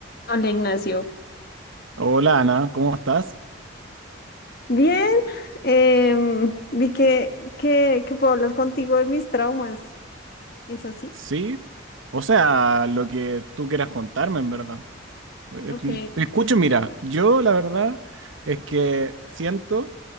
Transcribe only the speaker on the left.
Hola Ignacio.
Bien, em, vi que, que, que puedo hablar contigo de mis traumas. ¿Es así?
Ok,